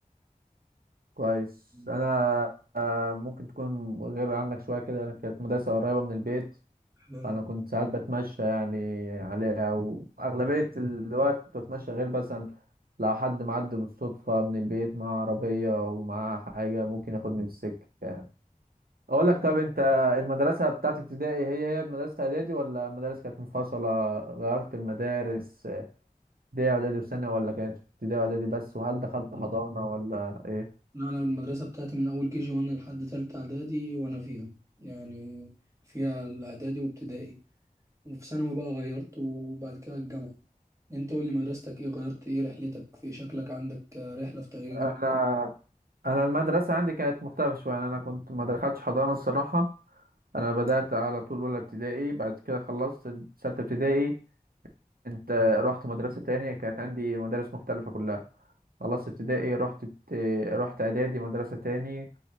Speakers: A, on the right (about 80°); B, on the right (about 20°).
A: كويس
B: مم.
A: أنا آه، ممكن تكون غير عنك شوية كده أنا كانت مدرسة قريبة من البيت
B: حلو
A: فأنا كنت ساعات بتمشى يعني عليها وأغلبية الوقت كنت بتمشى غير مثلا لو حد معدي بالصدفة من البيت معاه عربية ومعاه حاجة ممكن ياخدني في السكة يعني أقول لك طب أنت المدرسة بتاعت ابتدائي هي هي مدرسة إعدادي ولا المدارس كانت منفصلة غيرت المدارس ابتدائي وإعدادي وسنة ولا كانت ابتدائي وإعدادي بس وهل دخلت حضانة ولا إيه؟
B: انا المدرسه بتاعتي من اول كيجي وانا لحد تالتة اعدادي وانا فيها يعني فيها الاعدادي وابتدائي وفي ثانوي بقى غيرت وبعد كده الجامعه انت قول لي مدرستك ايه غيرت ايه رحلتك في شكلك عندك رحله في تغيير
A: انا انا المدرسه عندي كانت مختلفه شويه يعني انا كنت ما دخلتش حضانه الصراحه انا بدات على طول اولى ابتدائي بعد كده خلصت سته ابتدائي انت رحت مدرسه تانية كانت عندي مدارس مختلفه كلها خلصت ابتدائي رحت بت... رحت اعدادي مدرسه تاني